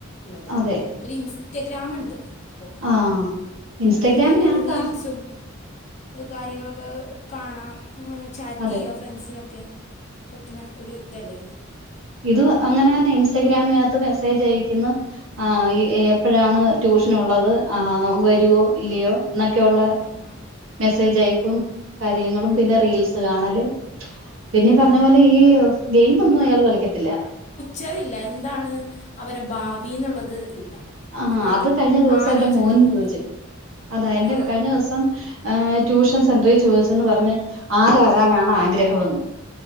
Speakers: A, on the left; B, on the right.
A: ഉള്ളത്
B: അതെ
A: ഒരു ഇൻസ്റ്റഗ്രാമ്ണ്ട് പ്പോ
B: ആഹ്
A: പ്പൊണ്ടായിട്ട്
B: ഇൻസ്റ്റഗ്രാമിനകത്താ
A: അയ്‌ലൊരു റീൽസും കാര്യങ്ങളൊക്കെ കാണാം ഇങ്ങനെ ചാറ്റെയ്യാം
B: അതെ
A: ഫ്രണ്ട്സിനൊക്കെ പറ്റ്ണ ഒര് ഇതല്ലേ <unintelligible>
B: ഇതും അങ്ങനെന്നെ ഇൻസ്റ്റഗ്രാമിനകത്ത് മെസ്സേജയക്കുന്നു ആഹ്
A: ഉം.
B: ഇ എ പ്പഴാണ് ട്യൂഷനുള്ളത് ആഹ് വെരോ
A: ഉം.
B: ഇല്ലയോ ന്നക്കെള്ള
A: ആ
B: മെസ്സേജയക്കും കാര്യങ്ങളും പിന്നെ റീൽസ് കാണാലും പിന്നെ
A: ഉം
B: ഈ പറഞ്ഞ പോലെ ഈ ഗെയിം ഒന്നും അയാൾ കളിക്കത്തില്ല
A: ചെറയില്ല എന്താണ് അവരെ ഭാവി എന്നുള്ളത് ഇല്ല
B: ആഹ്
A: ഒരു
B: അത് കഴിഞ്ഞ ദിവസം
A: ആലോചനല്ല
B: എന്റെ മോനും ചോദിച്ചു അതാ എന്റെ
A: ആ
B: കഴിഞ്ഞ ദിവസം ആഹ് ട്യൂഷൻ സെന്ററിൽ ചോദിച്ചന്ന് പറഞ്ഞ് ആരാകാനാണ് ആഗ്രാഹം എന്ന്